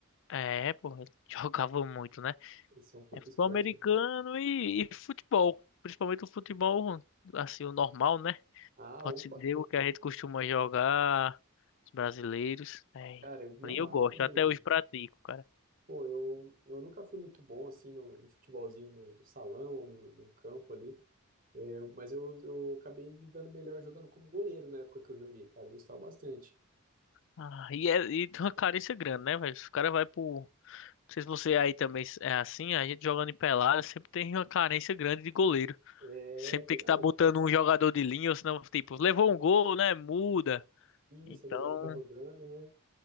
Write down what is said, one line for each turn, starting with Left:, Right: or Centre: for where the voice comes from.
Left: É, pô, ele <laughs> jogava muito, né?
Right: Esse é um puto
Left: É futebol
Right: esporte,
Left: americano
Right: né?
Left: e, e futebol. Principalmente o futebol, assim, o normal, né?
Right: Ah,
Left: Pode-se
Right: opa,
Left: dizer o que a gente costuma jogar, os brasileiros. É,
Right: cara,
Left: e
Right: eu me amarro
Left: eu gosto,
Right: também.
Left: até hoje pratico, cara.
Right: Pô, eu, eu nunca fui muito bom assim no, no futebolzinho no, do salão ou no, no campo ali. É, mas eu, eu acabei me dando melhor jogando como goleiro na época que eu joguei, cara. Eu gostava bastante.
Left: Ah, e, é, e tem uma carência grande, né, velho? Os caras vai pro. Não sei se você aí também é assim, a gente jogando em pelada sempre tem uma carência grande de goleiro.
Right: É
Left: Sempre
Right: verdade.
Left: tem que estar botando um jogador de linha, ou senão, tipo, levou um gol, né? Muda. Então,
Right: Isso, a galera tá rodando, né?